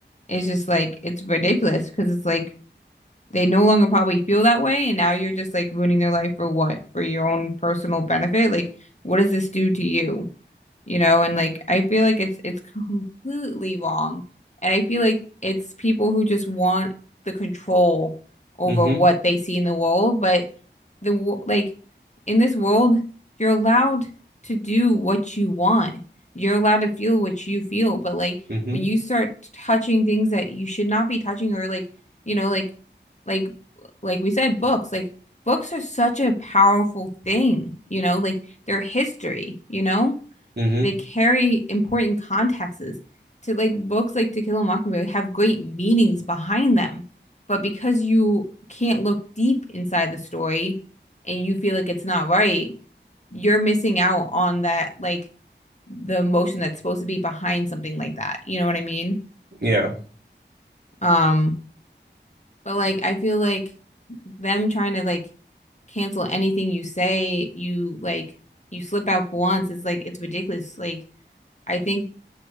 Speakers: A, on the left; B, on the right.
A: is just like it's ridiculous because it's like they no longer probably feel that way and now you're just like ruining their life for what? For your own personal benefit? Like what does this do to you? you know, and like I feel like it's it's completely wrong. And I feel like it's people who just want the control over
B: Mm-hmm.
A: what they see in the world, but the wo- like in this world, you're allowed to do what you want. You're allowed to feel what you feel, but like
B: Mm-hmm.
A: when you start touching things that you should not be touching or like, you know, like like like we said books, like books are such a powerful thing, you know, like they're history, you know?
B: Mm-hmm.
A: they carry important contexts to like books like To Kill a Mockingbird have great meanings behind them. But because you can't look deep inside the story and you feel like it's not right, you're missing out on that like the emotion that's supposed to be behind something like that. You know what I mean?
B: Yeah.
A: Um, but like I feel like them trying to like cancel anything you say, you like you slip out once, it's like it's ridiculous. Like I think